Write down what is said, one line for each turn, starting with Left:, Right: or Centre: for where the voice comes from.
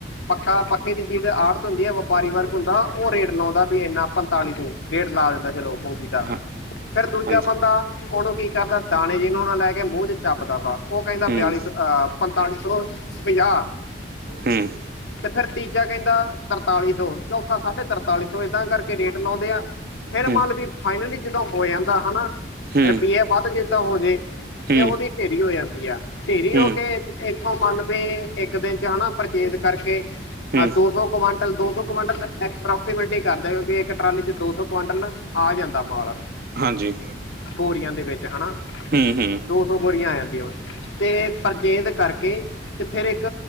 Left: ਪੱਕਾ ਪੱਕੇ ਦੀ ਚੀਜ ਆੜ ਹੁੰਦੀ ਆ ਵਪਾਰੀ ਵਰਗ ਹੁੰਦਾ ਓ ਰੇਟ ਲਾਉਂਦਾ ਵੀ ਐਨਾ ਪੰਤਾਲੀ ਸੌ, ਰੇਟ ਲਾ ਦਿੰਦਾ ਚਲੋ ਮੂੰਗੀ
Right: ਹਾਂ
Left: ਫੇਰ ਦੂਜਾ
Right: ਹਾਂਜੀ
Left: ਬੰਦਾ ਓਨੂੰ ਕੀ ਕਰਦਾ ਦਾਣੇ ਜੇ ਨੂੰ ਲੈ ਕੇ ਮੂੰਹ ਚ ਚੱਬਦਾ ਵਾ। ਓ ਕਹਿੰਦਾ
Right: ਹੂੰ
Left: ਬਿਆਲੀ ਸੌ ਅਹ ਪੰਤਾਲੀ ਸੌ ਪੰਜਾਹ,
Right: ਹੂੰ
Left: ਤੇ ਫੇਰ ਤੀਜਾ ਕਹਿੰਦਾ ਤਰਤਾਲੀ ਸੌ ਚੌਥਾ ਸਾਢੇ ਤਰਤਾਲੀ ਸੌ ਏਦਾਂ ਕਰਕੇ ਰੇਟ ਲਾਉਂਦੇ ਆ। ਫੇਰ
Right: ਹੂੰ
Left: ਮੰਲ ਲੀ ਫਾਈਨਲੀ ਜਦੋਂ ਹੋ ਜਾਂਦਾ ਹਨਾ,
Right: ਹੂੰ
Left: ਰਪਈਏ ਵੱਧ ਜਿੱਦਾਂ ਹੋਜੇ
Right: ਹੂੰ
Left: ਤੇ ਓਦੀ ਢੇਰੀ ਹੋ ਜਾਂਦੀ ਆ, ਢੇਰੀ
Right: ਹੂੰ
Left: ਹੋ ਕੇ ਇੱਥੋਂ ਮੰਲ ਵੇ ਇੱਕ ਦਿਨ ਚ ਹਨਾ ਪਰਚੇਜ਼ ਕਰਕੇ
Right: ਹੂੰ
Left: ਦੋ ਸੌ ਕੁਆਟਲ, ਦੋ ਸੌ ਕੁਆਟਲ ਐਪ੍ਰੋਕਸੀਮੇਟਲੀ ਕਰਦਿਓ, ਇੱਕ ਟਰਾਲੀ ਚ ਦੋ ਸੌ ਕੁਆਟਲ ਨਾ ਆ ਜਾਂਦਾ ਮਾਲ।
Right: ਹਾਂਜੀ।
Left: ਬੋਰੀਆਂ ਦੇ ਵਿੱਚ, ਹਨਾ।
Right: ਹੂੰ-ਹੂੰ।
Left: ਦੋ ਸੌ ਬੋਰੀਆ ਆ ਜਾਂਦੀਆਂ, ਤੇ ਪਰਚੇਜ਼ ਕਰਕੇ ਤੇ ਫੇਰ ਇੱਕ